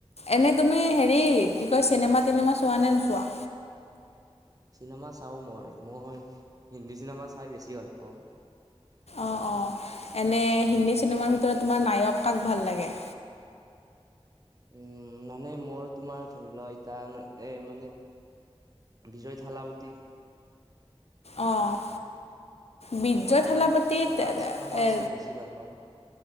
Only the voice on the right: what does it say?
চিনেমা চাওঁ মই। মই হিন্দী চিনেমা চাই বেছি ভাল পাওঁ।
উম মানে মোৰ তোমাৰ ধৰি লোৱা ইতা এ মানে বিজয় থালাপতী।
মই থালা
থালাৰ চিনেমা
চাই বেছি ভাল পাওঁ